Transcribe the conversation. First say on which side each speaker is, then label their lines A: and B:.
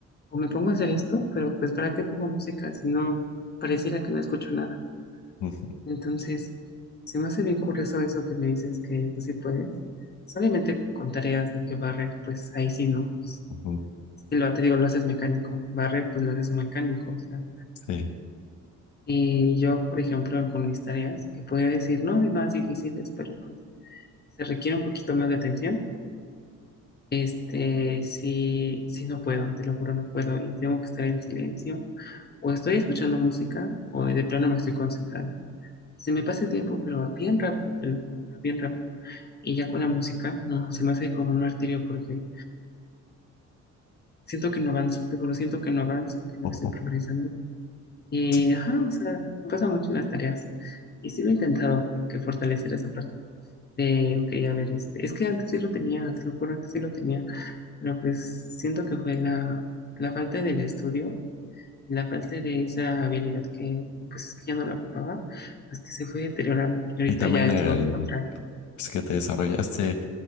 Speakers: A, on the left; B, on the left.
A: o me pongo a hacer esto, pero pues ¿para qué pongo música si no pareciera que no escucho nada?
B: <laughs> Ujú,
A: Entonces, se me hace bien curioso eso que me dices que tú sí puedes. Solamente con tareas de que barrer, pues ahí sí no. Pues,
B: ujú,
A: si lo te digo, lo haces mecánico, barrer, pues lo haces mecánico, o sea.
B: Sí.
A: Y yo, por ejemplo, con mis tareas, que podía decir, no, es más difíciles, pero pues se requiere un poquito más de atención. Este, sí, sí no puedo, te lo juro, no puedo y tengo que estar en silencio o estoy escuchando música o de plano me estoy concentrando. Y se me pasa el tiempo, pero bien rápido, te lo juro, pero bien rápido. Y ya con la música, no, se me hace como un martirio porque siento que no avanzo, te juro, siento que no avanzo, que no
B: Ujú,
A: estoy progresando. Y,
B: sí.
A: ajá, o sea, me pasa mucho en las tareas. Y sí lo he intentado como que fortalecer esa parte de, ok, a ver, este, es que antes sí lo tenía, te lo juro, antes sí lo tenía Pero pues siento que fue la, la falta del estudio, la falta de esa habilidad que pues que ya no la ocupaba, pues que se fue deteriorando y ahorita
B: Y también
A: ya es
B: el...
A: todo lo contrario.
B: Es que te desarrollaste